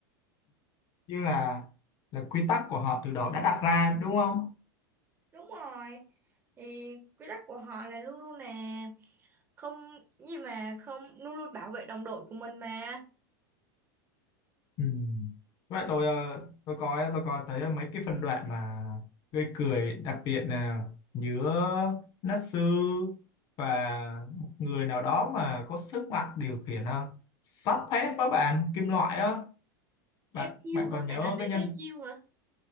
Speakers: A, on the left; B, on the right.
A: như là là quy tắc của họ từ đầu đã đặt ra đúng không
B: Đúng rồi. Thì quy tắc của họ là luôn luôn là không gì mà không luôn luôn bảo vệ đồng đội của mình mà.
A: Ừ. Vậy tôi ờ, tôi có tôi có thấy mấy cái phân đoạn mà gây cười đặc biệt là nhớ Natsu và một người nào đó mà có sức mạnh điều khiển ờ, sắt thép với bạn kim loại á bạn
B: Cái chiêu
A: bạn
B: hả?
A: còn
B: Bạn
A: nhớ
B: nói đấy
A: cái nhân
B: cái chiêu hả?